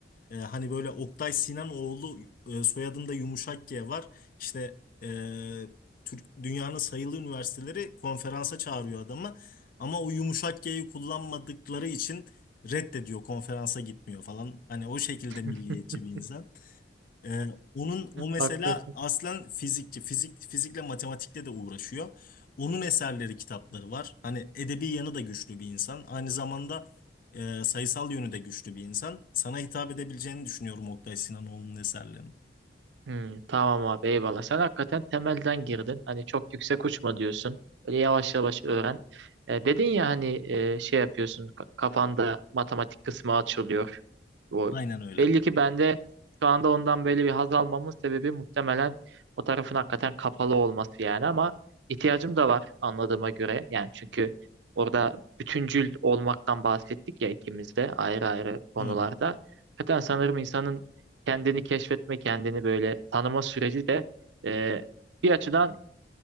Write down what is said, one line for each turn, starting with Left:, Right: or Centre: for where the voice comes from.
Left: Ee, hani böyle Oktay Sinanoğlu e, soyadında yumuşak G var. İşte e, Türk, dünyanın sayılı üniversiteleri konferansa çağırıyor adamı. Ama o yumuşak G'yi kullanmadıkları için reddediyor konferansa gitmiyor falan. Hani o şekilde
Right: <laughs>
Left: milliyetçi bir insan. Ee, onun o mesela
Right: Hakikaten.
Left: aslen fizikçi, fizik fizikle matematikle de uğraşıyor. Onun eserleri, kitapları var. Hani edebi yanı da güçlü bir insan. Aynı zamanda e, sayısal yönü de güçlü bir insan. Sana hitap edebileceğini düşünüyorum Oktay Sinanoğlu'nun eserlerini.
Right: Hmm, tamam abi eyvallah. Sen hakikaten temelden girdin. Hani çok yüksek uçma diyorsun. Böyle yavaş yavaş öğren. E, dedin ya hani e, şey yapıyorsun ka- kafanda matematik kısmı açılıyor. O,
Left: Aynen öyle.
Right: belli ki bende şu anda ondan böyle bir haz almamın sebebi muhtemelen o tarafın hakikaten kapalı olması yani ama ihtiyacım da var anladığıma göre. Yani çünkü orada bütüncül olmaktan bahsettik ya ikimiz de ayrı ayrı konularda.
Left: Hı hı.
Right: Hakikaten sanırım insanın kendini keşfetme, kendini böyle tanıma süreci de e, bir açıdan